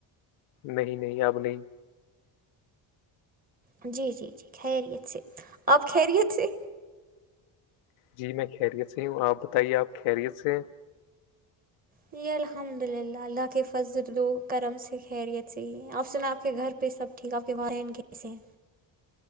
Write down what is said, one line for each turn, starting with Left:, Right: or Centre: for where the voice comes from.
Left: نہیں نہیں اب نہیں-
Right: جی- جی- جی خیریت سے آپ خیریت سے
Left: جی میں خیریت سے ہوں آپ بتائیے آپ خیریت سے ہیں-
Right: جی الحمد للہ اللہ کے فضرد کرم سے خیریت صحیح ہے اپ سنا آپ کے گھر پہ سب- ٹھیک آپ کے وہ ان کیس ہیں-